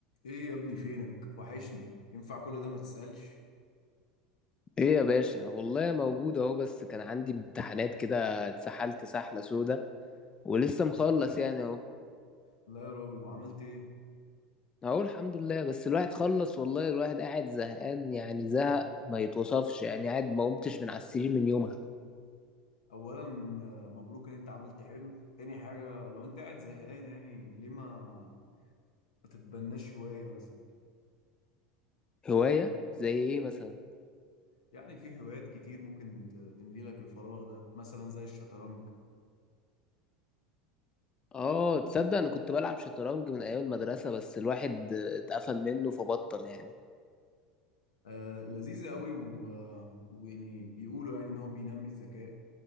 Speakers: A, on the left; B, on the left.
A: ايه يا ابني فينك وحشني ينفع كل ده ما تسألش
B: ايه يا باشا والله موجود اهو بس كان عندي امتحانات كده اتسحلت سحلة سودا ولسه مخلص يعني اهو
A: لا يا راجل وعملت ايه
B: اهو الحمد لله بس الواحد خلص والله الواحد قاعد زهقان يعني زهق ما يتوصفش يعني قاعد ما قمتش من على السرير من يومها
A: اولا آه، مبروك ان انت عملت حلو تاني حاجة لو انت قاعد زهقان يعني ليه ما ما تتبناش هواية مثلا
B: هواية زي ايه مثلا
A: يعني في هوايات كتير ممكن ت- تملي لك الفراغ ده مثلا زي الشطرنج
B: اه تصدق انا كنت بلعب شطرنج من ايام المدرسة بس الواحد اتقفل منه فبطل يعني
A: آه لذيذ قوي و... آه، ويعني بيقولوا يعني ان هو بينمي الذكاء